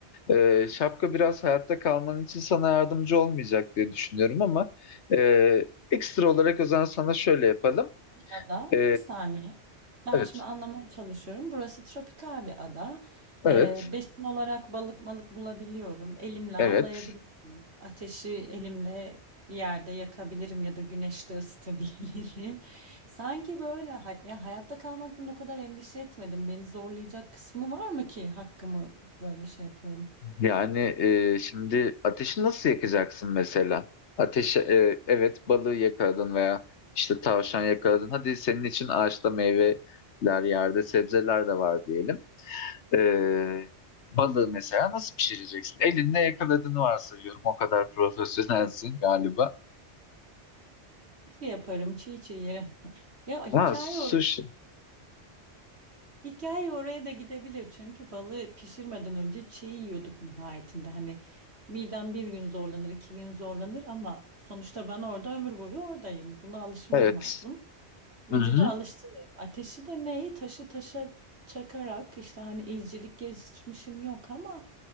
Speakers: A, on the left; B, on the right.
A: E, şapka biraz hayatta kalman için sana yardımcı olmayacak diye düşünüyorum ama e, ekstra olarak o zaman sana şöyle yapalım.
B: Ya da
A: E,
B: bir saniye. Ben
A: evet,
B: şimdi anlamaya çalışıyorum. Burası tropikal bir ada.
A: evet,
B: Ee, besin olarak balık malık bulabiliyorum. Elimle avlayabilirim.
A: evet.
B: Ateşi elimle bir yerde yakabilirim ya da güneşte ısıtabilirim. <laughs> Sanki böyle hay- ya hayatta kalmaktan o kadar endişe etmedim. Beni zorlayacak kısmı var mı ki hakkımı böyle şey yapıyorum.
A: Yani e, şimdi ateşi nasıl yakacaksın mesela? Ateşi e, evet balığı yakaladın veya işte tavşan yakaladın. Hadi senin için ağaçta meyveler yerde sebzeler de var diyelim. E, balığı mesela nasıl pişireceksin? Elinle yakaladığını varsayıyorum. O kadar profesyonelsin galiba.
B: Bir şey yaparım, çiğ çiğ yerim. <laughs> Ya hikaye
A: Ha
B: oraya.
A: sushi.
B: Hikaye oraya da gidebilir çünkü balığı pişirmeden önce çiğ yiyorduk nihayetinde. Hani midem bir gün zorlanır, iki gün zorlanır ama sonuçta ben orada ömür boyu oradayım. Buna alışmam
A: Evet.
B: lazım. Vücudu
A: Hı hı.
B: alıştırıyorum. Ateşi de neyi? Taşı taşa çakarak işte hani izcilik geçmişim yok ama